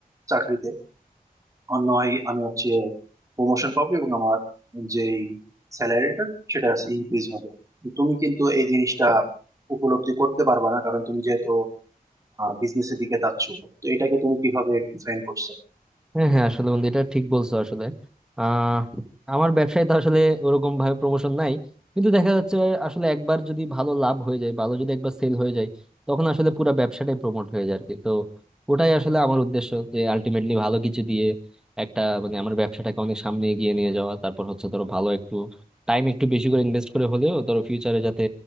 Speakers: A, on the right (about 20°); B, in the centre.
A: চাকরিতে আর নয় আমি হচ্ছে প্রমোশন পাবো এবং আমার যেই স্যালারিটা সেটা ইনক্রিজ হবে তুমি কিন্তু এই জিনিসটা উপলব্ধি করতে পারবা না কারণ তুমি যেহেতু বিজনেসের দিকে যাচ্ছ তো এটাকে তুমি কিভাবে ডিফাইন করছো
B: হ্যাঁ হ্যাঁ আসলে বন্ধু এটা ঠিক বলছো আসলে আহ আমার ব্যবসায় তো আসলে ওরকম ভাবে প্রমোশন নাই কিন্তু দেখা যাচ্ছে আসলে একবার যদি ভালো লাভ হয়ে যায় ভালো যদি একবার সেল হয়ে যায় তখন আসলে পুরো ব্যবসাটাই প্রমোট হয়ে যায় আর কি তো ওটাই আসলে আমার উদ্দেশ্য যে আলটিমেটলি ভালো কিছু দিয়ে একটা মানে আমার ব্যবসাটাকে অনেক সামনে এগিয়ে নিয়ে যাওয়া তারপর হচ্ছে ধরো ভালো একটু টাইম একটু বেশি করে ইনভেস্ট করে হলেও ধরো ফিউচারে যাতে